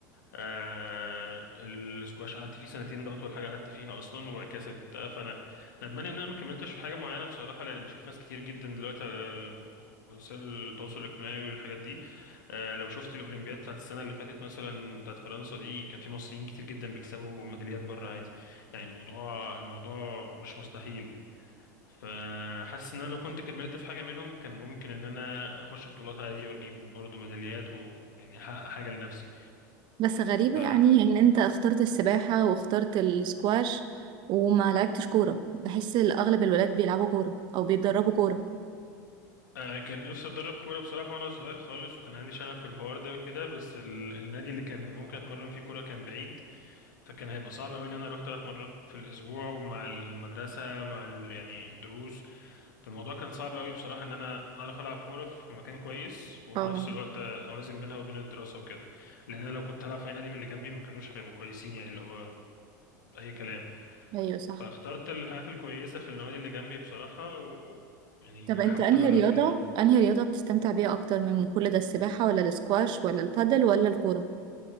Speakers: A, on the left; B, on the right.
A: آه السكواش قعدت فيه سنتين ده اطول حاجه قعدت فيها اصلا وبعد كده سبتها فانا ندمان ان انا ما كملتش في حاجه معينه بصراحه لان بشوف ناس كتير جدا دلوقتي على ال- وسائل التواصل الاجتماعي والحاجات دي آه لو شفت الاولمبياد بتاعت السنه اللي فاتت مثلا بتاعت فرنسا دي كان في مصريين كتير جدا بيكسبوا ميداليات بره عادي يعني الموضوع الموضوع مش مستحيل فحاسس ان انا لو كنت كملت في حاجه منهم كان ممكن ان انا اخش بطولات عادي واجيب برضو ميداليات ويعني احقق حاجه لنفسي
B: بس غريبة
A: ف
B: يعني ان انت اخترت السباحة واخترت السكواش وما لعبتش كورة بحس اغلب الولاد بيلعبوا كورة او بيتدربوا كورة
A: آه، كان نفسي اتدرب كوره بصراحه وانا صغير خالص وكان عندي شغف في الحوار ده وكده بس ال... النادي اللي كان ممكن اتمرن فيه كوره كان بعيد فكان هيبقى صعب قوي ان انا اروح ثلاث مرات في الاسبوع ومع المدرسه مع ال... يعني الدروس الموضوع كان صعب قوي بصراحة ان انا اعرف العب كورة في مكان كويس وفي
B: اه
A: نفس الوقت اوازن بينها وبين الدراسة وكده لان انا لو كنت هلعب في اي نادي من اللي جنبي ما كانوش هيبقوا كويسين يعني اللي هو اي كلام
B: ايوه صح
A: فاخترت الحاجات الكويسة في النوادي اللي جنبي بصراحة و يعني
B: طب
A: ج-
B: انت
A: حاولت
B: انهي
A: اجرب
B: رياضة
A: فيها
B: انهي رياضة بتستمتع بيها اكتر من كل ده السباحة ولا السكواش ولا البادل ولا الكورة